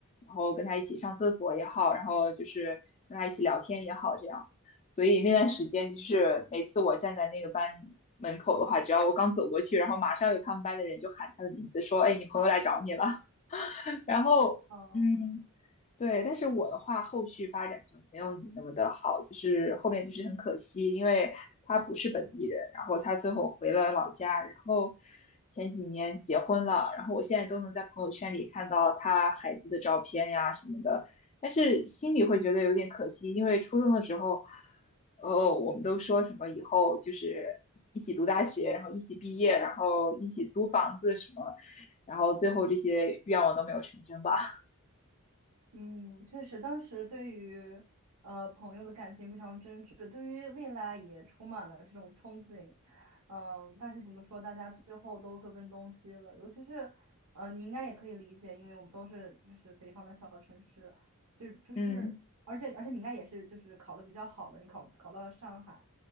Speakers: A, on the left; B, on the right.
A: 然后跟她一起上厕所也好，然后就是跟她一起聊天也好，这样。所以那段时间就是每次我站在那个班门口的话，只要我刚走过去，然后马上有他们班的人就喊她的名字，说：“哎，你朋友来找你了。”然后，
B: 哦，
A: 嗯，对，但是我的话，后续发展就没有你那么的好，就是后面就是很可惜，因为他不是本地人，然后他最后回了老家，然后前几年结婚了，然后我现在都能在朋友圈里看到他孩子的照片呀什么的，但是心里会觉得有点可惜，因为初中的时候，呃，我们都说什么以后就是一起读大学，然后一起毕业，然后一起租房子什么，然后最后这些愿望都没有成真吧。
B: 嗯，确实，当时对于呃朋友的感情非常真挚，对于未来也充满了这种憧憬。嗯，但是怎么说，大家最后都各奔东西了。尤其是呃，你应该也可以理解，因为我们都是就是北方的小城市，就就是，
A: <laughs> 嗯
B: 而且而且你应该也是就是考的比较好的，你考考到了上海，